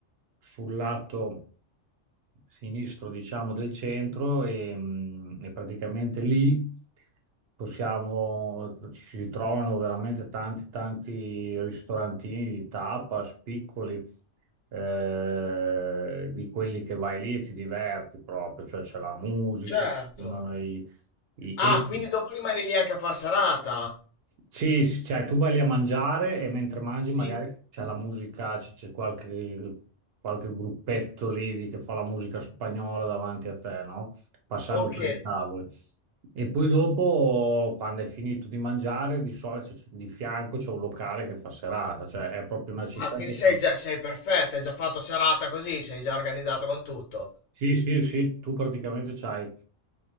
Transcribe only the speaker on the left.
certo.
Ah,
quindi dopo rimani lì anche a far serata?
Sì.
Ok.
Ah, quindi
sei
già, sei perfetta, hai già fatto serata così, sei già organizzato con tutto.